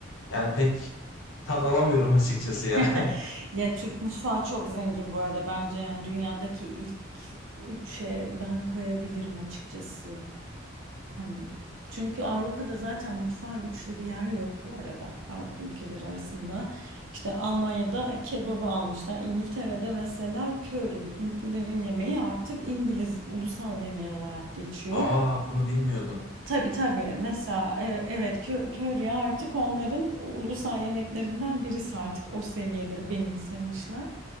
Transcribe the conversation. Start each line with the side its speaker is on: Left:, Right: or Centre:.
Left: Yani pek tad alamıyorum açıkçası
Right: <laughs>
Left: ya. <laughs>
Right: Ya Türk mutfağı çok zengin bu arada bence yani dünyadaki ilk üçe ben koyabilirim açıkçası. Hani çünkü Avrupa'da zaten mutfağa güçlü bir yer yok bu arada Avrupa ülkeleri arasında. İşte Almanya'da kebabı almışlar. İngiltere'de mesela köri, Hintlilerin yemeği artık İngiliz ulusal yemeği olarak geçiyor.
Left: Aa bunu bilmiyordum.
Right: Tabii, tabii. Mesela, eve evet, kö köri artık onların ulusal yemeklerinden birisi artık o seviyede benimsemişler.